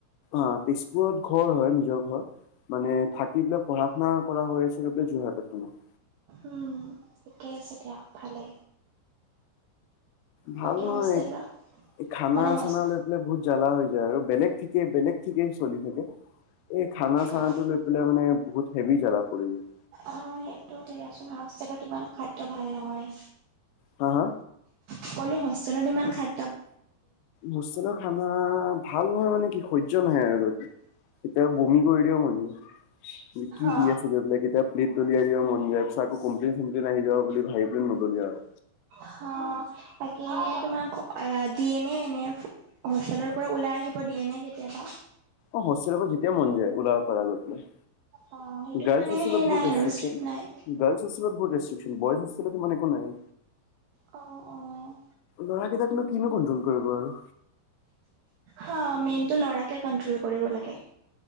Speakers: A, on the left (about 85°); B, on the right (about 85°).
A: অ', তেজপুৰত ঘৰ হয়, নিজৰ ঘৰ। মানে থাকি দিলে পঢ়া-শুনা কৰা হৈ আছিলে এইবিলাক যোৰহাটত তোমা
B: উম। কেই আছে দিয়া, ভালে।
A: ভাল
B: বাকী
A: নহয়।
B: হোষ্টেলত
A: এই খানা
B: মানে হোষ্ট
A: চানালৈ বোলে বহুত জ্বালা হৈ যায় আৰু বেলেগ ঠিকে - বেলেগ ঠিকে চলি থাকে। এই খানা-চানাটো
B: অ
A: লৈ পেলাই মানে বহুত হেভি জ্বালা পৰি যায়।
B: অ', সেইটো তে য়াচোন হোষ্টেলত ইমান খাদ্য ভালে নহয়।
A: হা - হা?
B: সকলো হোষ্টেলত ইমান খাদ
A: হোষ্টেলত খানা ভাল নহয় মানে কি, সহ্য নহয় আৰু। তাতে এতিয়া বমি কৰি দিব মন যায়। কি
B: অ
A: দি আছে দে <unintelligible> প্লেট দলিয়াই দিব মন যায়। পিছত আকৌ কমপ্লেন - চমপ্লেন আহি যাব বুলি ভাবিকেনে নদলিয়াও আৰু।
B: হ তাকে এনে তোমাক খ- দিয়ে নে এনে হোষ্টেলৰ পৰা ওলাই আহিব দিয়ে নাই কেতিয়াবা?
A: অ', হোষ্টেলৰ পৰা যেতিয়া মন যায় ওলাব পাৰা গৈ পেলাই।
B: অ সেইটোত
A: গাৰ্লছ
B: মানে
A: হোষ্টেলত
B: সেই
A: বহুত
B: নাই
A: ৰেষ্ট্ৰিকশ্যন।
B: আৰু ষ্ট্ৰিক্ট নাই
A: গাৰ্লছ হোষ্টেলত বহুত ৰেষ্ট্ৰিকশ্যন। বয়জ হোষ্টেলত ইমান একো নাই।
B: অ'। অ',
A: ল'ৰা কেইটাকনো কিনো কন্ট্ৰল কৰিব আৰু।
B: হা, মেইন টো লৰাকে কন্ট্ৰল কৰিব লাগে।